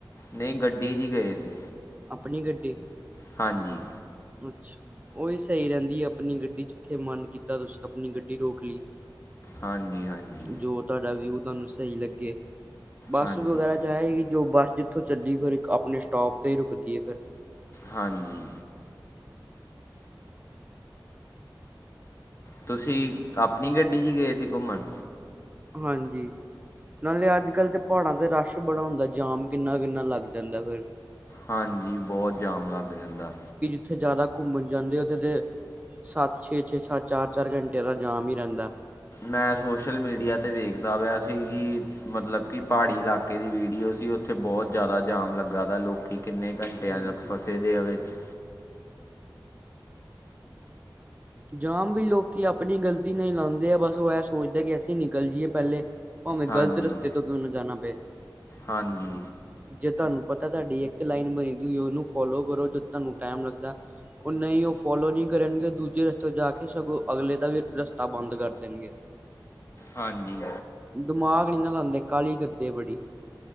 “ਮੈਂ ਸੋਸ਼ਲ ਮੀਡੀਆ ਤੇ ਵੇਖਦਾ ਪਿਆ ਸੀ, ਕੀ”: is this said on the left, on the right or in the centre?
Left